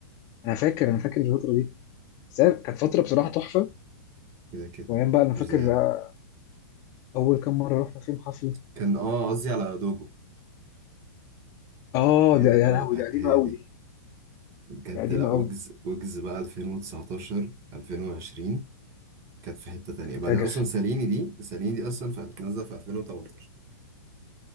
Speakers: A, on the left; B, on the right.
A: انا فاكر انا فاكر الفترة دي بس هي كانت فترة بصراحة تحفة
B: كده كده
A: وايام بقى انا فاكر
B: مش زيها
A: آه، اول كام مرة رحنا فيهم حفلة
B: كان آه قصدي على دوجو
A: اه
B: هي
A: ده
B: دي
A: يا
B: آه
A: لهوي
B: ه-
A: دي قديمة
B: هي
A: قوي
B: دي
A: دي
B: بجد
A: دي قديمة
B: لأ ويجز
A: قوي
B: ويجز بقى 2019 2020 كانت في حتة تانية
A: كان
B: بعدين
A: فاجر
B: أصلا ساليني دي ساليني دي أصلا في- نازلة في 2018